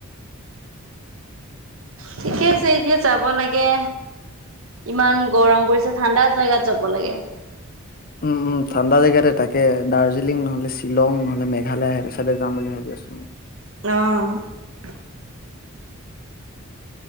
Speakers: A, on the right; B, on the left.
A: ঠিকে
B: সেইটো কাৰণে
A: আছে এতিয়া যাব লাগে। ইমান গৰম পৰিছে ঠাণ্ডা জেগাত যাব লাগে।
B: উম উম ঠাণ্ডা জেগাতে তাকে দাৰ্জিলিং নহলে শ্বিলং নহ'লে মেঘালয় সেইটো চাইডে যাম বুলি ভাবি আছো। চো
A: অ